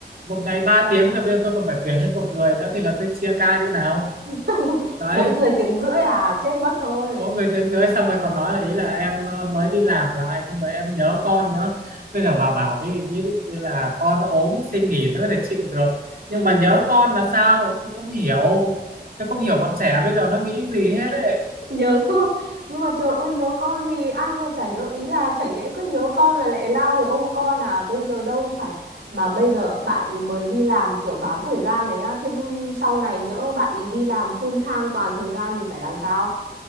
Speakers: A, on the right; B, on the right.
A: một ngày 3 tiếng rồi bây giờ tôi còn phải tuyển thêm một người nữa thì là tôi chia ca như nào
B: <laughs>
A: đấy
B: mỗi người tiếng rưỡi à? Chết mất thôi.
A: mỗi người tiếng rưỡi xong rồi còn nói là ý là em ờ, mới đi làm lại xong rồi em nhớ con nữa bây giờ bà bảo đi ví dụ như là con ốm xin nghỉ tôi có thể chịu được
B: Ừ.
A: nhưng mà nhớ con là sao tôi không hiểu tôi không hiểu bọn trẻ bây giờ nó nghĩ gì hết ấy
B: nhớ con nhưng mà trời ơi nhớ con thì ai mà chả nhớ ý là chẳng nhẽ cứ nhớ con là lại lao về ôm con à bây giờ đâu phải mà bây giờ bạn ý mới đi làm kiểu bán thời gian này nhá thế sau này nhỡ bạn ý đi làm full time toàn thời gian thì phải làm sao